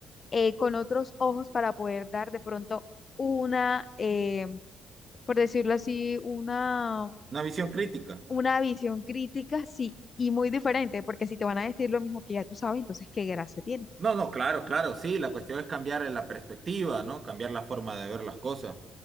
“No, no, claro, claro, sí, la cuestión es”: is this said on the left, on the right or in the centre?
Right